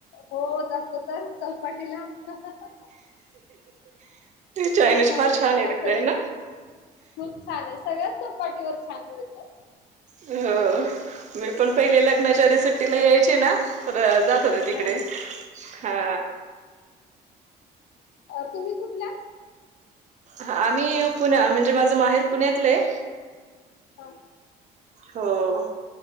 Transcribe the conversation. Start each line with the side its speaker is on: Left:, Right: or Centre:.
Left: हो. जातो तर चौपाटीला. <unintelligible>
Right: चायनीज
Left: सर्वजण
Right: फार छान आहे तिथलं आहे ना
Left: खूप छान आहेत. सगळ्याच चौपाटीवर छान मिळतं.
Right: हो, मी पण पहिले लग्नाच्या
Left: मस्त
Right: आधी सुट्टीला यायचे ना तर जात होते तिकडे,
Left: हा
Right: हा..
Left: अं तुम्हीं कुठल्या?
Right: हा आम्हीं पुण्या म्हणजे माझं माहेर पुण्यातलंय.
Left: हा
Right: हो,